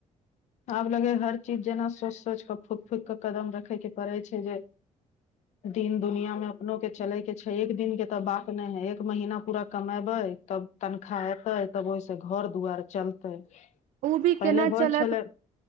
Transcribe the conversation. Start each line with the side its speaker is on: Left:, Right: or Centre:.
Left: आब लगै हर चीज जेना सोचि सोचि कऽ फूक फूक कऽ कदम रखे के पड़ै छै ज दिन दुनिया मे अपनो के चले के छै एक दिन के तऽ बात नहि है एक महीना पूरा कमेबे तब तन खा एतै तब ओहि सँ घर दुआर चलतै
Right: ओ भी
Left: पहिले
Right: केना चलत
Left: होइ छलै